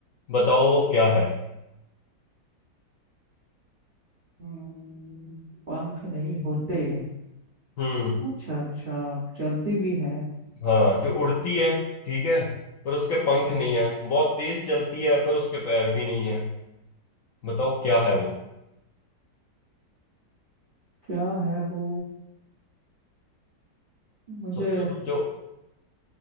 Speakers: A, on the left; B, on the right.
A: बताओ वो क्या है
B: हम्म, पंख नहीं होते
A: हम्म
B: अच्छा अच्छा चलती भी है
A: हाँ जो उड़ती है ठीक है पर उसके पंख
B: हम्म,
A: नहीं है बहुत तेज चलती है पर उसके पैर भी नहीं है बताओ क्या है वो
B: क्या है वो मुझे
A: सोचो सोचो